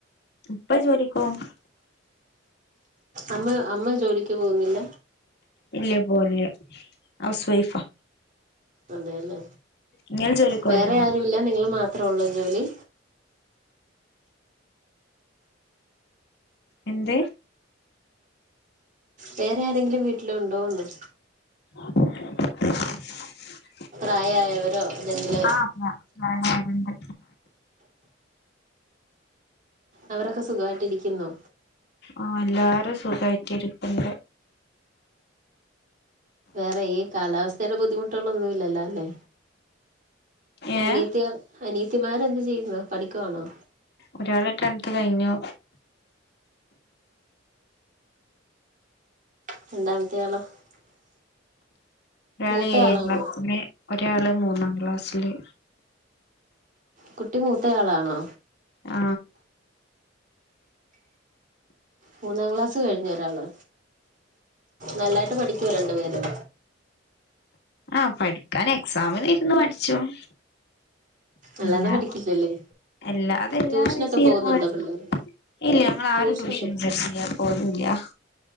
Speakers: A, on the left (about 60°); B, on the right (about 45°).
A: ഇപ്പ ജോലിക്ക് പോകും.
B: അമ്മ അമ്മ ജോലിക്ക് പോകുന്നില്ല?
A: ഇല്ല പോവില്ല, ഹൗസ് വൈഫാ.
B: അതെയല്ലേ
A: നിങ്ങൾ ജോലിക്കോവുണ്ടോ
B: വേറെ ആരുല്ല, നിങ്ങള് മാത്രേ ഉള്ളൂ ജോലി?
A: എന്ത്.
B: വേറെ ആരെങ്കിലും വീട്ടിലുണ്ടോന്ന്?
A: <unintelligible> <inaudible>
B: പ്രായമായവരോ, അല്ലെങ്കില്
A: ആഹ് ഞാനാരുണ്ട്
B: അവരൊക്കെ സുഖമായിട്ട്ിരിക്കുന്നു.
A: ആ എല്ലാരും സുഗായിട്ട് ഇരിക്കനെണ്ട്
B: വേറെ ഈ കാലാവസ്ഥയുടെ ബുദ്ധിമുട്ടുകളൊന്നുമല്ലല്ലോ?
A: ഏഹ്
B: അനീത്തി അനീത്തിമാരെ എന്ത്തു ചെയ്യുന്നത് പഠിക്കുവാണോ?
A: ഒരാൾ ടെൻ ത്ത് കഴിഞ്ഞു.
B: <unintelligible>
A: ഒരാള്
B: മൂത്തയാളാണോ
A: ഏഴാം ക്ലാസ്സില്, ഒരാള് മൂന്നാം ക്ലാസ്സില്.
B: കുട്ടി മൂത്തയാളാണോ?
A: ആ
B: മൂന്നാം ക്ലാസ്സ് കഴിഞ്ഞ ഒരാള്, നല്ലായിട്ട് പഠിക്കു രണ്ടു പേരും?
A: ആഹ പഠിക്കാൻ എക്സാം നു ഇരുന്ന് പഠിച്ചോളും.
B: അല്ലാതെ
A: എല്ലാ
B: പഠിക്കില്ലല്ലേ
A: എല്ലാ അത എല്ലാ
B: ട്യൂഷനൊക്കെ
A: <unintelligible>
B: പോകുന്നുണ്ടോ പിള്ളേര്
A: ഇല്ല ഞങ്ങ
B: ട്യൂഷനൊക്കെ
A: ആരും ട്യൂഷൻ സെന്റർ ൽ പോകുന്നില്ല.